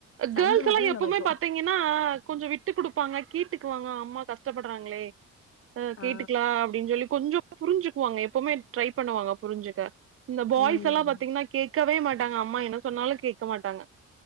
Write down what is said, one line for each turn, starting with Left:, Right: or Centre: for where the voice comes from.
Left: சண்ட
Right: கேர்ள்ஸ்
Left: மட்டும்
Right: எல்லா
Left: தான்
Right: எப்பவுமே
Left: நடக்கும்.
Right: பாத்தீங் னா கொஞ்சோ விட்டு குடுப்பாங்க கேட்டுக்குவாங்க அம்மா கஷ்ட்டப்படுறாங்களே அ கேட்டுக்கலா
Left: ஆ,
Right: அப்டின்னு சொல்லி கொஞ்சோ புரிஞ்சுக்குவாங்க எப்பமே ட்ரை பண்ணுவாங்க புரிஞ்சுக்க இந்த பாய்ஸ்
Left: ம்.
Right: எல்லாம் பாத்தீங்கன்னா கேக்கவே மாட்டாங்க அம்மா என்ன சொன்னாலு கேக்க மாட்டாங்க